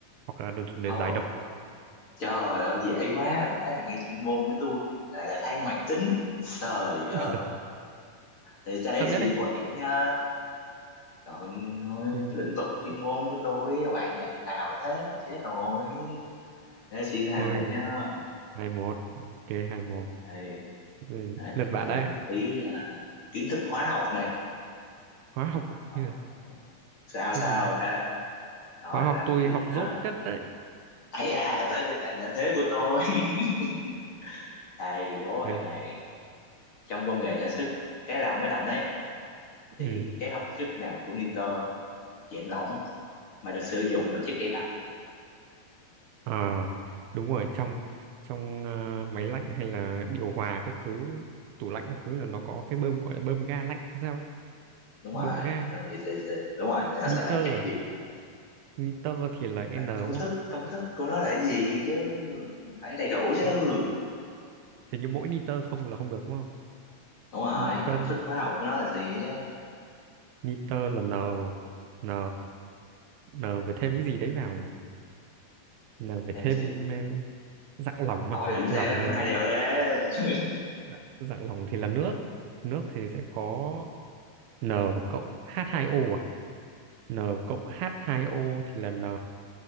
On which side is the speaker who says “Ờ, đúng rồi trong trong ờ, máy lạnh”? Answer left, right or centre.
Right